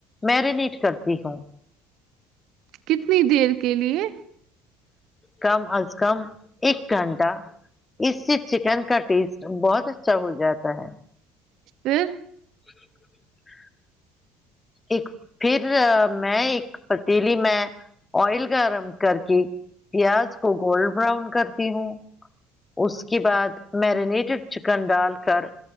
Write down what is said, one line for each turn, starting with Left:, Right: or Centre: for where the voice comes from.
Left: میرینیٹ کرتی ہوں
Right: کتنی دیر کے لیے
Left: کم از کم ایک گھنٹہ اس سے چکن کا ٹیسٹ بہت اچھا ہو جاتا ہے
Right: پھر
Left: جی ج <unintelligible> ایک پھر میں ایک پتیلی میں آئل گرم کر کے پیاز کو گولڈ براؤن کرتی ہوں اس کے بعد میرینیٹڈ چکن ڈال کر